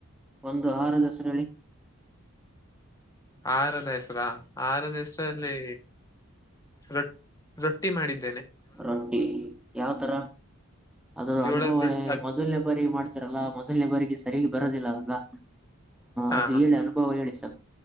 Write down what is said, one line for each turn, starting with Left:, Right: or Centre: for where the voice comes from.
Centre: ಒಂದು ಆಹಾರದ ಹೆಸರೇಳಿ.
Left: ಆಹಾರದ ಹೆಸರಾ ಆಹಾರದ ಹೆಸರ ಅಲ್ಲಿ ರೊಟ್ ರೊಟ್ಟಿ ಮಾಡಿದ್
Centre: ರೊಟ್ಟಿ ಯಾವ ತರ. ಅದ್ರ
Left: ಜೋಳದ
Centre: ಅನುಭವ
Left: ರೊಟ್ಟಿ ಅಕ್ಕಿ
Centre: ಮೊದಲನೇ ಬಾರಿ ಮಾಡ್ತರಲ್ಲಾ ಮೊದಲನೇ ಬಾರಿಗೆ ಸರಿಯಾಗಿ ಬರೋದಿಲ್ಲ ಅಲ್ವಾ
Left: ಹಾ
Centre: ಅದು ಹೇಳಿ ಅನುಭವ ಹೇಳಿ ಸರ್.